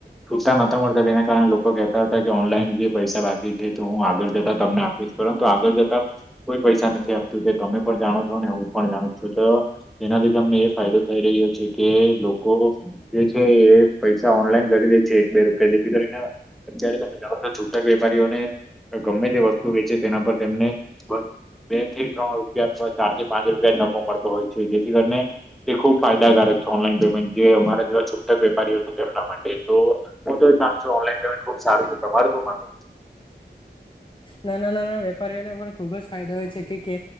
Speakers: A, in the centre; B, on the left.
A: છૂટા નહતા મળતા તેના કારણે લોકો કેહેતા હતા કે ઓનલાઈન જે પૈસા બાકી એ તો હું આગળ જતા તમને આપીશ પરંતુ આગળ જતા કોઈ પૈસા નથી આપતું. તે તમે પણ જાણો છો ને હું પણ જાણું છું તો એના લીધે અમને એ ફાયદો કહી રહ્યો છે કે લોકો જે છે એ પૈસા ઓનલાઈન કરી દે છે એક બે રૂપિયા જેથી કરીને અત્યારે યારે તમે છૂટા વેપારીઓને ગમે તે વસ્તુ વેચે તેના પર તેમને બે થી ત્રણ રૂપિયા અથવા ચાર થી પાંચ રૂપિયા જ નફકો મળતો હોય છે જેથી કરીને તે ખુબ ફાયદાકારક ઓનલાઈન પેમેન્ટ જે અમારા જેવા છૂટાક વેપારીઓ હતો તેમના માટે તો તો એ માનું છું ઓનલાઈન પેમેન્ટ ખુબ સારું છે તમારું શું માનવું છે?
B: નાના નાના પરને પણ ખુબ જ ફાયદા હોય છે કે